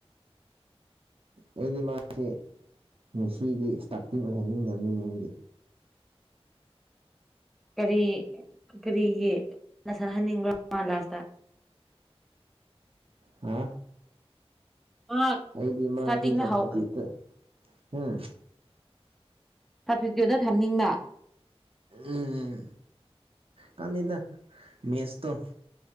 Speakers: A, on the right; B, in the centre.
A: ꯑꯩꯗꯤ ꯃꯥꯁꯦ ꯉꯁꯤꯗꯤ ꯏꯁꯇꯥꯔꯇꯤꯡ ꯑꯣꯏꯍꯟꯅꯤꯡꯗꯕꯅꯤꯅꯦ ꯑꯩꯗꯤ
B: ꯀꯔꯤ ꯀꯔꯤꯒꯤ ꯁꯍꯟꯅꯤꯡꯕ꯭ꯔꯣꯂꯥꯁꯇ
A: ꯍꯥ
B: ꯃꯥ
A: ꯑꯩꯗꯤ ꯃꯥꯁꯦ
B: ꯏꯁꯇꯥꯔꯇꯤꯡꯗ
A: ꯁꯞꯁꯤꯗꯤꯠꯇ
B: ꯍꯧ
A: ꯎꯝ
B: ꯇ꯭ꯔꯐꯤꯀꯤꯅ ꯊꯝꯅꯤꯡꯃ
A: ꯎꯝ ꯀꯥꯟ ꯌꯦꯗ ꯃꯦꯁꯇꯣ